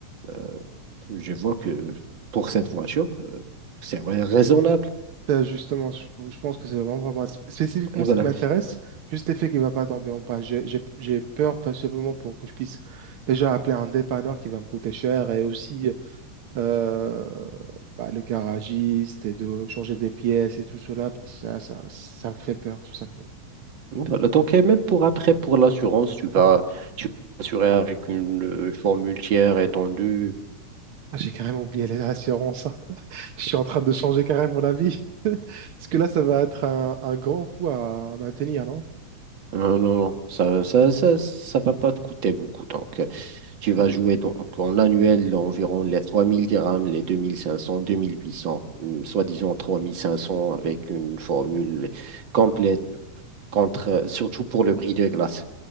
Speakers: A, on the right; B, on the right.
A: euh, je vois que pour cette voiture, euh, c'est ra- raisonnable.
B: Ben, justement, je, je pense que c'est vraiment pas mal. Spécifiquement,
A: Et
B: ce
A: Voilà.
B: qui m'intéresse, juste le fait qu'il ne va pas tomber en panne. J'ai j'ai- j'ai peur, pas simplement pour que je puisse déjà appeler un dépanneur qui va me coûter cher et aussi euh, bah, le garagiste et de changer des pièces et tout cela. parce que ça, ça, ça me fait peur, tout simplement.
A: Voilà. Donc, et même pour après, pour l'assurance, tu vas, tu vas assurer avec une euh, formule tiers étendue.
B: Ah, J'ai carrément oublié les assurances. <laughs> Je suis en train de changer carrément mon avis. Parce que là, ça va être un, un grand coup à maintenir, non?
A: Non, non, non, ça, ça, ça, ça va pas te coûter beaucoup. Donc, euh, tu vas jouer donc en annuel environ les 3000 dirhams, les 2500, 2800, hum, soi-disant 3500 avec une formule complète contre, euh, surtout pour le bris de glace.